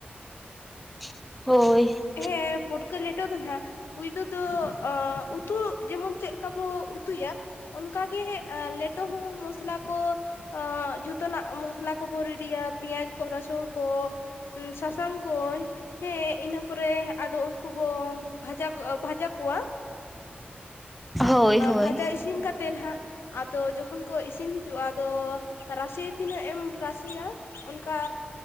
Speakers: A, in the centre; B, on the left (about 85°).
A: ᱦᱳᱭ ᱾
B: ᱦᱮᱸ ᱯᱷᱩᱴᱠᱟᱹ ᱞᱮᱴᱚ ᱫᱚ ᱱᱟᱦᱟᱜ ᱯᱳᱭᱞᱳ ᱫᱚ ᱩᱛᱩ ᱡᱮᱢᱚᱱ ᱪᱮᱫ ᱞᱮᱠᱟ ᱵᱚ ᱩᱛᱩᱭᱟ ᱚᱱᱠᱟ ᱜᱮ ᱞᱮᱴᱚ ᱦᱚᱸ ᱢᱚᱥᱞᱟ ᱠᱚ ᱡᱷᱚᱛᱚᱱᱟᱜ ᱢᱚᱥᱞᱟ ᱠᱚᱵᱚ ᱨᱮᱤᱰᱤᱭᱟ ᱯᱮᱸᱭᱟᱡ ᱠᱚ ᱨᱟᱹᱥᱩᱱ ᱠᱚ ᱥᱟᱥᱟᱝ ᱠᱚ ᱦᱮᱸ ᱤᱱᱟᱹ ᱛᱟᱯᱚᱨᱮ ᱟᱫᱚ ᱩᱱᱠᱩ ᱵᱚ ᱵᱷᱟᱡᱟ ᱠᱚ ᱵᱷᱟᱡᱟ ᱠᱚᱣᱟ ᱾
A: ᱦᱳᱭ ᱦᱳᱭ
B: ᱵᱷᱟᱡᱟ ᱤᱥᱤᱱ ᱠᱟᱛ ᱛᱮ ᱱᱟᱦᱟᱜ ᱟᱫᱚ ᱡᱚᱠᱷᱚᱱ ᱠᱚ ᱤᱥᱤᱱ ᱦᱤᱡᱩᱜᱼᱟ ᱟᱫᱚ ᱨᱟᱥᱮ ᱛᱤᱱᱟᱹᱜ ᱮᱢ ᱨᱟᱥᱮᱭᱟ ᱚᱱᱠᱟ